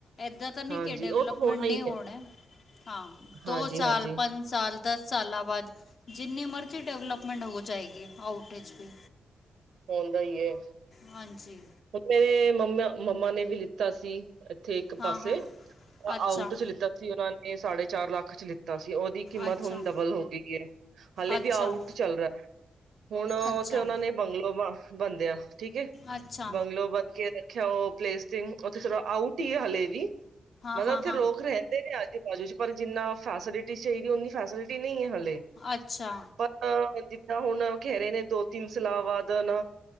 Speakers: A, on the left; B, on the right.
A: ਏਦਾਂ ਤਾਂ ਨੀ
B: ਹਾਂਜੀ
A: ਕੇ ਡੈਵਲਪਮੈਂਟ
B: ਉਹ ਤਾਂ ਹੋਣਾ
A: ਨਹੀਂ
B: ਹੀ
A: ਹੋਣੇ ਹਾਂ ਦੋ
B: ਹਾਂਜੀ-ਹਾਂਜੀ
A: ਸਾਲ ਪੰਜ ਸਾਲ ਦਸ ਸਾਲਾਂ ਬਾਅਦ ਜਿੰਨੀ ਮਰਜ਼ੀ ਡਿਵਲਪਮੈਂਟ ਹੋ ਜਾਏਗੀ ਆਊਟਜ ਵੀ
B: ਹੁੰਦਾ ਹੀ ਏ।
A: ਹਾਂਜੀ।
B: ਮੇਰੇ ਮੰਮਾ -ਮੰਮਾ ਨੇ ਵੀ ਲਿੱਤਾ ਸੀ। ਉੱਥੇ ਇੱਕ
A: ਹਾਂ
B: ਪਾਸੇ
A: ਹਾਂ ਅੱਛਾ
B: ਆਊਟ ਚ ਲਿੱਤਾ ਸੀ। ਉਹਨਾਂ ਨੇ ਸਾਢੇ ਚਾਰ ਲੱਖ ਚ ਲਿੱਤਾ ਸੀ ਉਹ। ਦੀ ਕੀਮਤ
A: ਅੱਛਾ
B: ਹੁਣ ਡਬਲ ਹੋ ਗਈ ਹੈ ਹਾਲੇ
A: ਅੱਛਾ
B: ਵੀ ਆਊਟ ਚੱਲ ਰਹਾ। ਹੁਣ ਉਥੇ
A: ਅੱਛਾ
B: ਉਹਨਾਂ ਨੇ ਬੰਗਲੋ ਬ ਬਣਦੇ ਆ ਠੀਕ ਏ।
A: ਅੱਛਾ
B: ਬੰਗ ਤੋ ਬਾਕੀ ਇੱਥੇ ਉਹ ਪਲੇਸਟਿੰਗ ਉੱਥੇ ਥੋੜਾ ਆਊਟ ਹੀ ਹੈ ਹਾਲੇ ਵੀ।
A: ਹਾਂ
B: ਮਤਲਬ
A: ਹਾਂ
B: ਉੱਥੇ
A: ਹਾਂ
B: ਲੋਕ ਰਹਿੰਦੇ ਨੇ ਆਜੂ -ਬਾਜੂ ਚ ਪਰ ਜਿੰਨਾ ਫੈਸਿਲਿਟੀ ਚਾਹੀਦੀ ਹੈ। ਓਨੀ ਫੈਸਿਲਿਟੀ ਨਹੀਂ ਹੈ ਹਾਲੇ।
A: ਅੱਛਾ।
B: ਆਪਾਂ ਜਿੱਦਾਂ ਹੁਣ ਓ ਕਹਿ ਰਹੇ ਨੇ ਦੋ ਤਿੰਨ ਸਲਾ ਬਾਅਦ ਉਦਾਂ ਨਾ